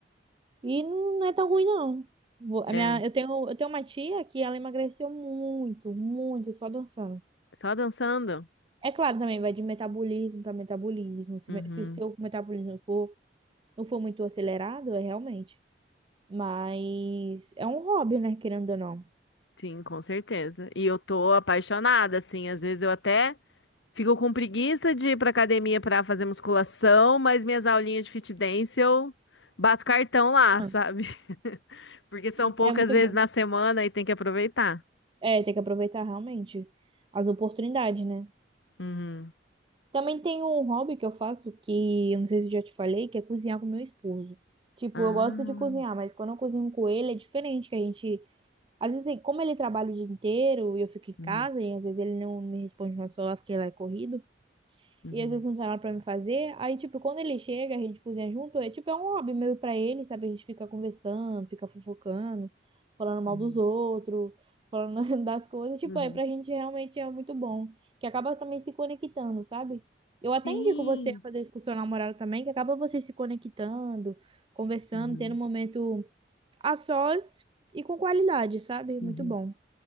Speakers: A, on the right; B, on the left.
A: E não é tão ruim, não. Vou-
B: É,
A: A minha, eu tenho, eu tenho uma tia que ela emagreceu muito, muito, só dançando.
B: só dançando.
A: É claro, também vai de metabolismo para metabolismo. Se,
B: Uhum.
A: me- se o seu metabolismo for, não for muito acelerado, é realmente. Mas é um hobby, né? Querendo ou não.
B: Sim, com certeza. E eu tô apaixonada, assim, às vezes eu até Fico com preguiça de ir pra academia pra fazer musculação, mas minhas aulinhas de fit dance eu bato cartão lá,
A: Ah,
B: sabe? <laughs> Porque são poucas
A: É muito
B: vezes
A: bom.
B: na semana e tem que aproveitar.
A: É, tem que aproveitar realmente as oportunidades, né?
B: Uhum.
A: Também tem um hobby que eu faço que eu não sei se eu já te falei, que é cozinhar com meu esposo. Tipo,
B: Ah,
A: eu gosto de cozinhar, mas quando eu cozinho com ele é diferente, que a gente. Às vezes, como ele trabalha o dia inteiro e eu fico em casa,
B: uhum,
A: e às vezes ele não me responde no celular porque lá é corrido.
B: uhum,
A: E às vezes não tem nada pra me fazer. Aí, tipo, quando ele chega, a gente cozinha junto. É tipo, é um hobby meio pra ele, sabe? A gente fica conversando, fica fofocando, falando mal
B: uhum,
A: dos outros, falando <laughs> das coisas. Tipo,
B: uhum.
A: é pra gente realmente é muito bom. Que acaba também se conectando, sabe? Eu até
B: Sim.
A: indico você a fazer isso com namorado também, que acaba você se conectando, conversando,
B: Uhum,
A: tendo um momento a sós e com qualidade, sabe?
B: uhum.
A: Muito bom.